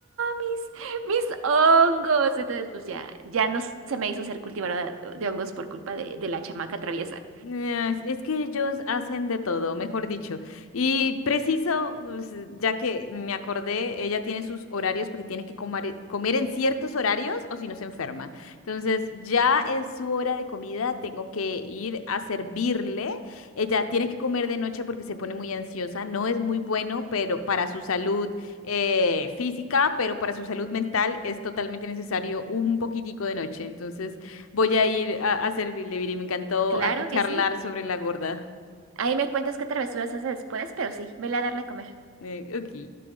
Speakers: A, on the right; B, on the left.
A: mis, mis hongos. Entonces pues ya, ya no se me hizo ser cultivadora de hongos por culpa de, de la chamaca traviesa.
B: Eh, Es es que ellos hacen de todo, mejor dicho. Y preciso, pues, ya que me acordé, ella tiene sus horarios porque tiene que comare- comer, en ciertos horarios o si no se enferma. Entonces, ya es su hora de comida, tengo que ir a servirle. Ella tiene que comer de noche porque se pone muy ansiosa. No es muy bueno, pero para su salud eh, física, pero para su salud mental es totalmente necesario un poquitico de noche. Entonces, Voy a ir a, a servirle, Viri. Me encantó
A: Claro
B: aquí charlar
A: que sí.
B: sobre la gorda.
A: Ahí me cuentas qué travesuras hace después, pero sí, vele a darle a comer.
B: Eh, ok.